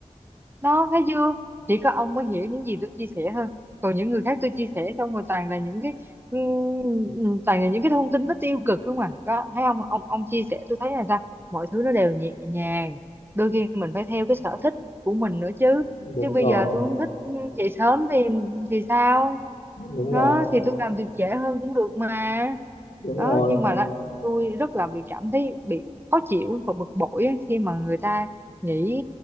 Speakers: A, on the right; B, on the left.
A: đó thấy chưa chỉ có ông mới hiểu những gì tôi chia sẻ thôi còn những người khác tôi chia sẻ xong rồi toàn là những cái ừm, toàn là những cái thông tin nó tiêu cực không à đó thấy không ông ông chia sẻ tôi thấy là sao mọi thứ nó đều nhẹ nhàng đôi khi mình phải theo cái sở thích của mình nữa chứ
B: đúng
A: chứ bây
B: rồi
A: giờ tôi không thích ừ, dậy sớm thì thì sao
B: đúng
A: đó
B: rồi
A: thì tôi làm việc trễ hơn cũng được mà
B: đúng
A: đó
B: rồi
A: nhưng mà là tôi rất là bị cảm thấy bị khó chịu và bực bội á, khi mà người ta nghĩ